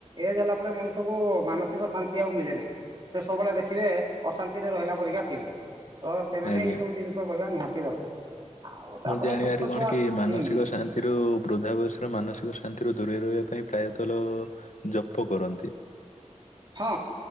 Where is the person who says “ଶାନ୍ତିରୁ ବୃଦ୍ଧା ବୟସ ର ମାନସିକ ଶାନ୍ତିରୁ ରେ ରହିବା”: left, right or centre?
Left